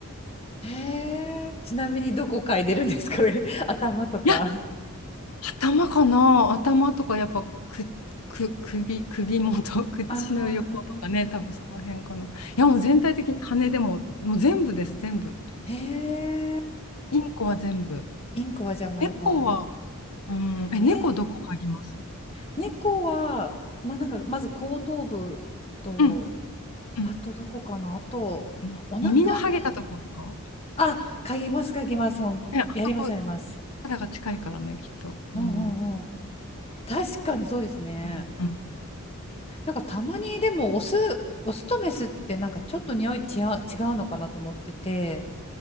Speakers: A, on the left (about 25°); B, on the left (about 85°).
A: ー、えー、ちなみにどこ嗅いでるんですか <laughs> 頭とか。
B: いや、頭かな。頭とかやっぱく、く、首、首元、<laughs> 口の横とかね、
A: あ
B: 多分その辺かな。いや、もう全体的に羽でも、もう全部です、全部。
A: ー、えー、
B: インコは全部。
A: インコはじゃあもうやっぱ、
B: 猫は、うん、え、
A: ね、
B: 猫どこ嗅ぎます
A: 猫は、まあなんか、まず後頭部と、
B: うん。うん
A: あとどこかな、あと、
B: うん耳の剥げたとことか
A: お腹ね、あ、書きます、書きます。ほんやります、
B: ね、あそこ、
A: やります。
B: 肌が近いからね、きっと、いい匂いが。
A: うんうんうん。確かにそうですね。
B: うんうん。
A: なんかたまにでもオス、オスとメスってなんかちょっと匂い違う、違うのかなと思ってて、